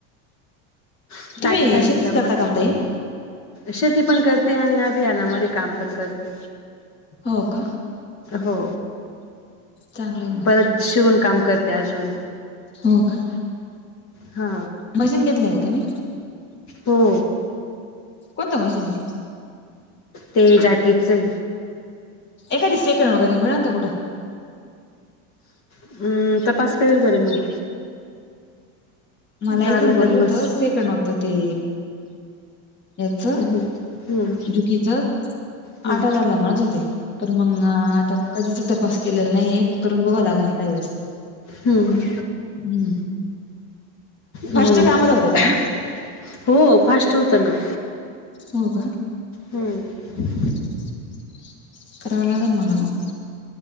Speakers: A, on the left; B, on the left.
A: <unintelligible>
B: तुम्ही
A: काय
B: शेतीच
A: म्हणता
B: करता
A: मग?
B: काम ताई
A: शेती पण करते आणि अभियानामध्ये काम पण करते.
B: हो का,
A: हो.
B: चांगलं आहे मग,
A: परत शिवण काम करते अजून.
B: हो का,
A: हा
B: मशीन घेतलं काय तुम्ही?
A: हो.
B: कोणतं मशीन हे?
A: ते जाकीफ च हे.
B: एखादि सेकंड वगैरं मिळल का कुठं?
A: हम्म, तपास करेल बर मी.
B: मला
A: झालं
B: एकजण बोललं
A: तर मस्त
B: होत, सेकंड होत ते याच
A: हम्म हम्म
B: जुकीचं
A: हम्म
B: आठ हजारला म्हणत होते. तर मग आता कधीचं तपास केलेला नाहीयेत, करून बघाव लागेल एखादी वेळेस.
A: हम्म
B: हम्म
A: ह्म,
B: फर्स्ट काम होतं का त्याच्याने
A: <unintelligible> हो फास्ट होतं ना.
B: हो काय?
A: हम्म.
B: <inaudible> करावं लागल मला मग.